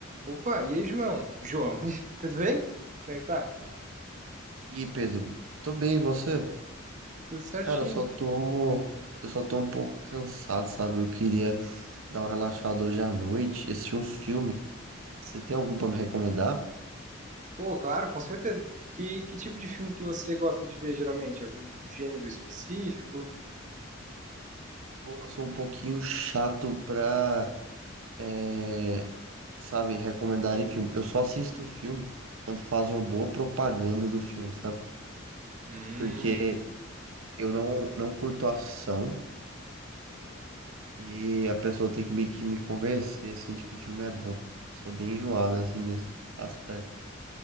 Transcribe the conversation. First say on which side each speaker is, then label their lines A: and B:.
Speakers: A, on the right; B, on the right.
A: Opa, e aí, João? João, <laughs> tudo bem? Como é que tá?
B: E Pedro, tô bem, e você?
A: Tudo certinho.
B: Cara, eu só tô, eu só tô um pouco cansado, sabe? Eu queria dar uma relaxada hoje à noite, assistir um filme. Você tem algum pra me recomendar?
A: Pô, claro, com certeza. Que, que tipo de filme que você gosta de ver, geralmente? Algum gênero específico?
B: Ou eu sou um pouquinho chato pra, é, sabe, recomendar em filme. Eu só assisto filme quando fazem uma boa propaganda do filme, sabe?
A: Hum.
B: Porque eu não, não curto ação e a pessoa tem que meio que me convencer, assim, tipo, o filme é bom. Sou bem enjoado, assim, nesse aspecto.